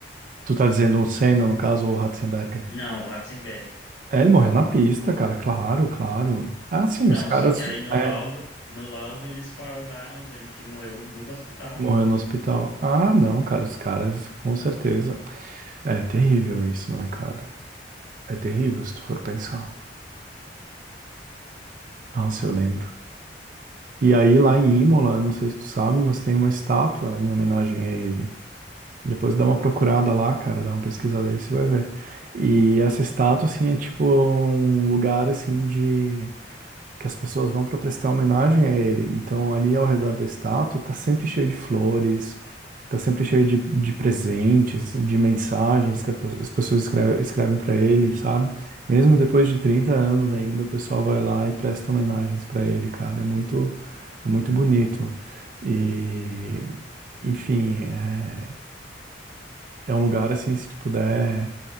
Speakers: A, on the right; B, on the left.
A: Tu tá dizendo o Senna, no caso, ou o Ratzenberger?
B: Não, o Ratzenberger.
A: É, ele morreu na pista, cara, claro, claro. Ah, sim,
B: Então,
A: os caras.
B: só que aí no
A: é,
B: laudo, no laudo eles faroldaram dizendo que morreu no hospital,
A: Morreu
B: né?
A: no hospital. Ah, não, cara, os caras, com certeza. É terrível isso, né, cara? É terrível se tu for pensar. Nossa, eu lembro. E aí, lá em Imola, não sei se tu sabe, mas tem uma estátua em homenagem a ele. Depois dá uma procurada lá, cara, dá uma pesquisada aí, você vai ver. E essa estátua, assim, é tipo um lugar, assim, de... que as pessoas vão para prestar homenagem a ele. Então, ali ao redor da estátua, tá sempre cheio de flores, Tá sempre cheio de, de presentes, de mensagens que a pe- as pessoas escreve- escrevem para ele, sabe? Mesmo depois de 30 anos ainda, o pessoal vai lá e presta homenagens para ele, cara. É muito, é muito bonito. E, enfim, é, é um lugar assim, se tu puder